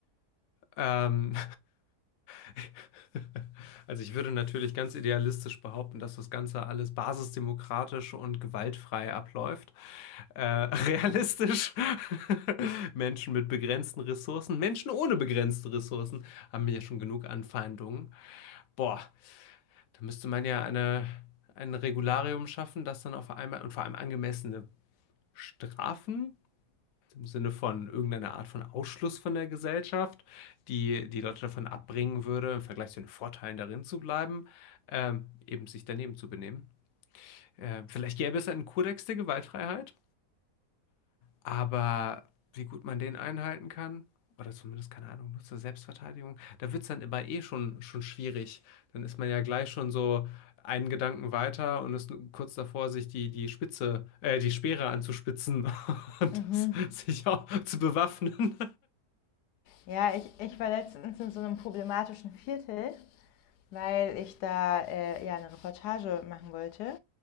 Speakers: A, on the left; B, on the left.
A: Ähm, <laughs> also ich würde natürlich ganz idealistisch behaupten, dass das Ganze alles basisdemokratisch und gewaltfrei abläuft. Äh, <laughs> realistisch, <laughs> Menschen mit begrenzten Ressourcen, Menschen ohne begrenzte Ressourcen haben ja schon genug Anfeindungen. Boah, da müsste man ja eine, ein Regularium schaffen, das dann auf einmal und vor allem angemessene Strafen im Sinne von irgendeiner Art von Ausschluss von der Gesellschaft, die die Leute davon abbringen würde, im Vergleich zu den Vorteilen darin zu bleiben, ähm, eben sich daneben zu benehmen. Äh, vielleicht gäbe es einen Kodex der Gewaltfreiheit, aber wie gut man den einhalten kann, oder zumindest, keine Ahnung, nur zur Selbstverteidigung, da wird es dann immer eh schon, schon schwierig. Dann ist man ja gleich schon so einen Gedanken weiter und ist kurz davor, sich die, die Spitze, äh, die Speere anzuspitzen <laughs> und
B: Mhm.
A: das, sich auch zu bewaffnen.
B: Ja, ich, ich war letztens in so einem problematischen Viertel, weil ich da äh, ja eine Reportage machen wollte.